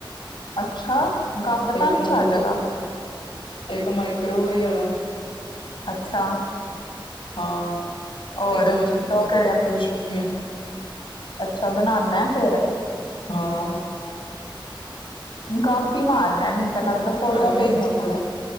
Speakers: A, on the left; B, on the left.
A: ਅੱਛਾ! ਗੱਪ
B: ਇੱਕ
A: ਤਾਂ ਨੀ ਛੱਡਦਾ।
B: ਮਾਈਕਰੋਵੇ ਇੱਕ ਮਾਈਕ੍ਰੋਵੇ ਵਾਲਾ
A: ਅੱਛਾ।
B: ਹਾਂ
A: ਔਰ
B: ਤੇ ਦੋ ਸਿੰ ਨੇ
A: ਕਿਹੜਾ
B: ਦੋ ੋਪ ਨੇ
A: ਅੱਛਾ ਬਣਾਉਾਨਦਾ ਫੇਰ
B: ਹਾਂ।
A: ਗਪ ਹੀ ਮਾਰਨਾ ਮੈਨੂੰ ਤਾਂ ਲੱਗਦਾ। ਫੋਟੋ
B: ਐਵੇਂ
A: ਭੇਜੀ
B: ਹੀ ਕੱਪ
A: ਹੁਣੇ